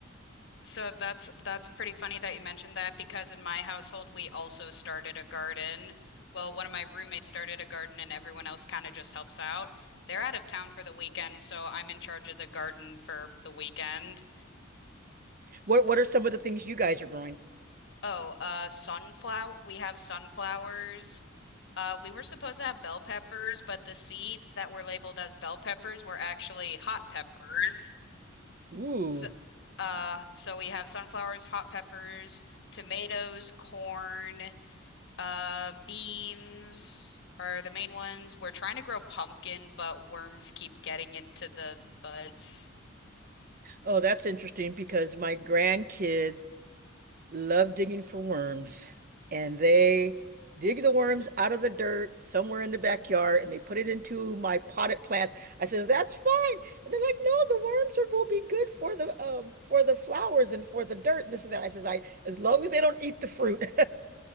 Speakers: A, on the left; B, on the right.
A: So that's that's pretty funny that you mentioned that because in my household we also started a garden. Well, one of my roommates started a garden and everyone else kind of just helps out. They're out of town for the weekend, so I'm in charge of the garden for the weekend.
B: What what are some of the things you guys are growing?
A: Oh, uh sunflower, we have sunflowers. Uh we were supposed to have bell peppers, but the seeds that were labeled as bell peppers were actually hot peppers.
B: Ooh.
A: So uh so we have sunflowers, hot peppers, tomatoes, corn. Uh, beans are the main ones. We're trying to grow pumpkin, but worms keep getting into the buds.
B: Oh, that's interesting because my grandkids love digging for worms and they dig the worms out of the dirt somewhere in the backyard and they put it into my potted plants. I says, that's fine. And they're like, no, the worms are, will be good for the um for the flowers and for the dirt and this and that. I says, I as long as they don't eat the fruit. <laughs>